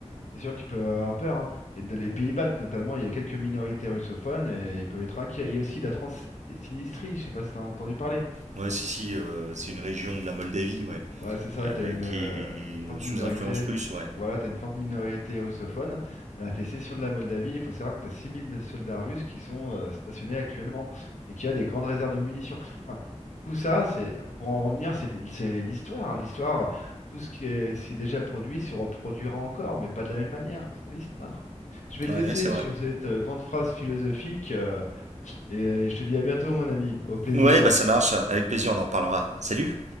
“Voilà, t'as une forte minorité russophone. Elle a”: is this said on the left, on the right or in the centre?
Left